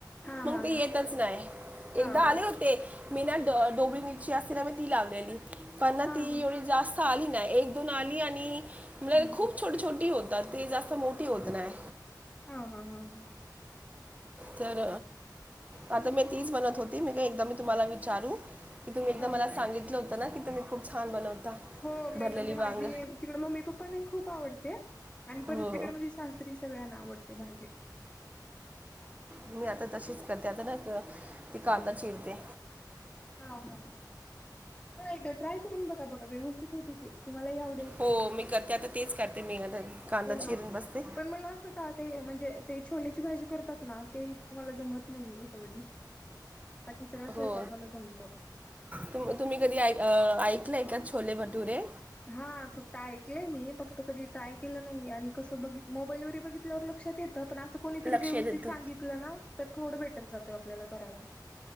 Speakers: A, on the left (about 15°); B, on the right (about 20°).
A: हा
B: मग
A: हा
B: ते येतच नाही.
A: हा
B: एकदा
A: हा हा
B: आले होते मीना डोबळी मिरची असती न म ती लावलेली. पण ना
A: हा
B: ती
A: हा
B: एवढी जास्त आली नाही एक दोन आली आणि म्ह
A: हम्म
B: खूप छोट छोटी होतात ते जास्त मोठी होत नाय.
A: हा हा हा हा.
B: तर आता मी तीच बनत होती. मी काय एक मी तुम्हा विचारू, की तुम्ही एकदा
A: हा
B: मला
A: हा
B: सांगितलं होतं ना की तुम्ही खप छान बनवता.
A: हो मी
B: भरलेली
A: म्हणजे माझी
B: वांग
A: तिकड मम्मी पप्पा नाही खूप आवडते आणि परत
B: हो
A: तिकडे म्हणजे सगळ्यांना आवडते भाजी.
B: मी आता तशीच करते आता ना ती कांदा चिरते.
A: हा हा करा एकदा ट्राय करून बघा बघा व्यवस्थित होते ती. तुम्हालाही आवडेल.
B: हो मी करते आता तेच करते मी आता कांदा
A: हो ना
B: चिरून बसते
A: पण मला असं का ते म्हणजे ते छोलेची भाजी करतात ना ते मला जमत नाहीये तेवढी. बाकी सगळा स्वयंपाक
B: हो
A: मला जमत.
B: तुम तुम्ही कधी ऐक अ ऐकलंय का छोले भटुरे.
A: हा फक्त ऐकलंय मी फक्त कधी ट्राय केलं नाही, आणि कस बित मोबाईलवर बघितल्यावर लक्षात येत कोणीतरी
B: लक्ष
A: व्यवस्थित
B: देतो
A: सांगितलं ना, तर थोडं बेटर जात आपल्याला करायला.